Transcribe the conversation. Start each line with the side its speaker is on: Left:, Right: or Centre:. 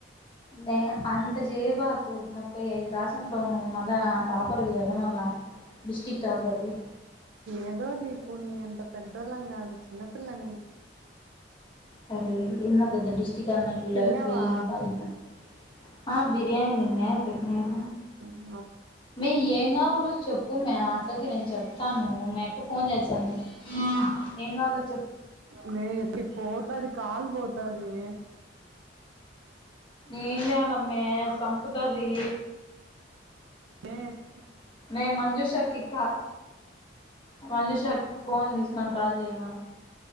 Left: దే అంత చైబాకు ముప్పై ఐదు రాసుంటావు నువ్వు మళ్ళా టాప్ పర్విగద మల్ల డిస్టిక్ట్ టాపర్వి
Right: ఏదో దీపు నీ అంత పెద్దోళ్ళం గాదు చిన్నపిల్లని
Left: సరేలే
Right: ఉమ్,
Left: ఏన్న పెద్ద డిస్టక్ట్ అన్నట్లు
Right: తిన్నావా
Left: లేవ్ ఫీలింగ్ <inaudible> ఆబి బియాణి దిన్నే పెట్నారు
Right: అ
Left: మే ఏం గావాలో చెప్పు మే అక్కకి నేను చెప్తాను మీ అక్క ఫోన్ చేచ్చాంది ఏంగావ్లో
Right: మే ఎపడి పోతాది కాల్ బోతాది మే
Left: ఏం జెయాలమ్మే సంపుతది
Right: మేస్
Left: మే మంజుషాకిి కా మంజుషాక్ ఫోన్ తీస్కోని కాల్ జెయ్ వ